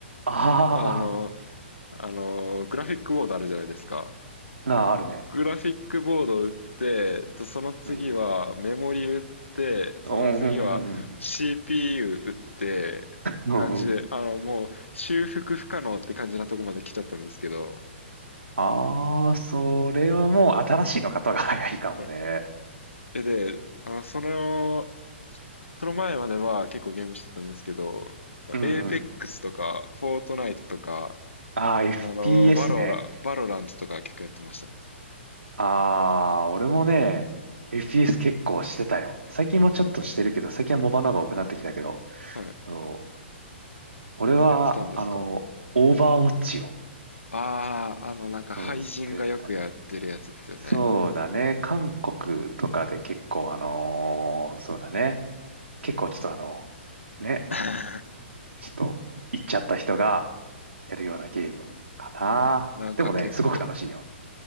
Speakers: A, on the right (about 80°); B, on the left (about 85°).
A: あ
B: あの、あの、グラフィックボードあるじゃないですか。
A: ーあー、あるね。
B: グラフィックボードを売って、とその次はメモリ売って、
A: うん。
B: その次は
A: うんうんうんうん。
B: CPU 売って、って感じで、
A: うんうん。
B: あのもう修復不可能って感じなとこまで来ちゃったんですけど。
A: ああ、それはもう新しいの方が早いかもね。
B: ねで、で、あの、その、その前までは結構ゲームしてたんですけど、
A: うんうん。
B: エーペックスとか、フォートナイトとか、
A: ああ、FPS
B: あの、バロラ、
A: ね。
B: バロラントとか結構やってましたね。
A: あー、俺もね、FPS 結構してたよ。最近もちょっとしてるけど、最近はモバの方が多くなってきたけど、
B: はい。
A: そう、俺は、
B: 何やってたんですか
A: あの、オーバーウォッチを、
B: ああー、あの、なんか、
A: そう、
B: 廃人がよくやってるやつですよね。
A: ずっとやってたね。そうだね、韓国とかで結構、あのーそうだね、結構ちょっとあの、ね、
B: <laughs>
A: ちょっと、行っちゃった人がやるようなゲームかな。
B: なんか結構、
A: でもね、すごく楽しいよ。